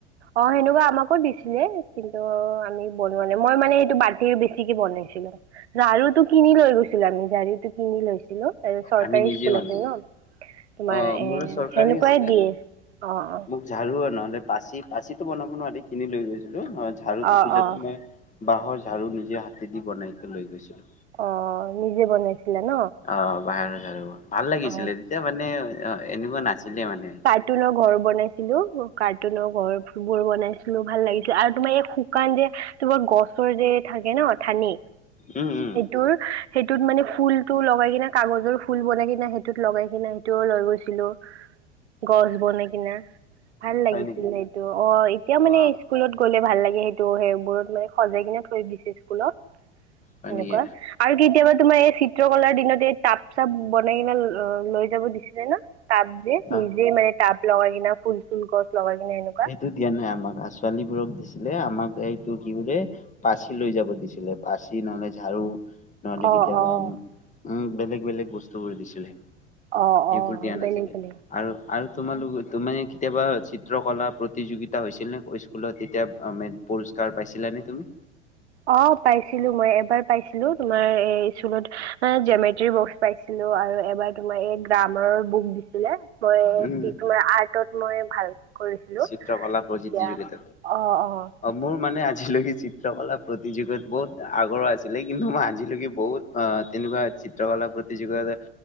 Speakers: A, on the right (about 70°); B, on the left (about 20°).
A: অ', সেনেকুৱা আমাকো দিছিলে কিন্তু আমি বনোৱা নাই। মই মানে এইটো মাটিৰ বেছিকে বনাইছিলো। ঝাৰুটো কিনি লৈ গৈছিলো আমি। ঝাৰুটো কিনি লৈছিলো তাৰপিছত চৰকাৰী
B: আমি নিজে
A: স্কুল
B: বনালো
A: আছে ন। তোমাৰ
B: অ
A: এ
B: মোৰো চৰকাৰী
A: সেনেকুৱাই
B: আছিলে
A: দিয়ে, অ অ।
B: মোক ঝাৰু আৰু নহ'লে পাচি, পাচিটো বনাব নোৱাৰি কিনি লৈ গৈছিলো। ঝাৰুটো
A: অ
B: খোজোতে
A: অ অ
B: মই বাঁহৰ ঝাৰু নিজে হাতে দি বনাইকে লৈ গৈছিলো।
A: অ' নিজে বনাইছিলা ন?
B: অ', বাঁহৰ ঝাৰু, ভাল লাগিছিলে।
A: অ
B: তেতিয়া মানে এনেকুৱা নাছিলে মানে।
A: টুনৰ ঘৰ বনাইছিলো, কাৰ্টুনৰ ঘৰবোৰ বনাইছিলো ভাল লাগিছিল আৰু তোমাৰ এই শুকান যে তোমাৰ গছৰ যে থাকে ন ঠানি।
B: উম উম
A: টোৰ সেইটোত মানে ফুলটো লগাই কাগজৰ ফুল বনাই কিনে, সেইটোত লগাই কিনে সেইটোও লৈ গৈছিলো। গছ বনাই কিনে ভাল লাগিছিল
B: হয় নেকি
A: সেইটো অ', এতিয়া মানে
B: অ
A: স্কুলত গ'লে ভাল লাগে সেইটো সেইবোৰত মানে সজাই কিনে থৈ দিছে স্কুলত।
B: হয়
A: সেনেকুৱা
B: নেকি
A: আৰু কেতিয়াবা তোমাৰ এই চিত্ৰকলাৰ দিনত এই টাব-চাপ বনাই কিনে লৈ যাব দিছিলে ন টাব যে
B: অ
A: নিজে মানে টাব লগাই কিনে ফুল-চুল গছ লগাই কিনে এনেকুৱা
B: এইটো দিয়া নাই আমাক আৰু ছোৱালীবোৰক দিছিলে আমাক এইটো কি বোলে পাচি লৈ যাব দিছিলে। পাচি নহ'লে ঝাড়ু। নহ'লে
A: অ
B: কেতিয়াবা
A: অ
B: উম বেলেগ বেলেগ বস্তুবোৰ দিছিলে।
A: অ অ
B: এইবোৰ দিয়া নাছিলে।
A: বেলেগ বেলেগ
B: আৰু আৰু তোমালোক তুমি কেতিয়াবা চিত্ৰকলা প্ৰতিযোগিতা হৈছিল নে স্কুলত? তেতিয়া <unintelligible> পুৰস্কাৰ পাইছিলা নে তুমি?
A: অ', পাইছিলো মই। এবাৰ পাইছিলো তোমাৰ এ স্কুলত জেমেট্ৰি বক্স পাইছিলো আৰু এবাৰ তোমাৰ এই গ্ৰামাৰৰ বুক দিছিলে, মই
B: উম
A: কি তোমাৰ আৰ্টত মই ভাল কৰিছিলো,
B: চিত্ৰকলা
A: তেতিয়া
B: প্ৰতিযোগিতাত
A: অ অ।
B: মোৰ মানে আজিলৈকে চিত্ৰকলা প্ৰতিযোগিত বহুত আগ্ৰহ আছিলে, কিন্তু মই আজিলৈকে বহুত অহ তেনেকুৱা চিত্ৰকলা প্ৰতিযোগিতা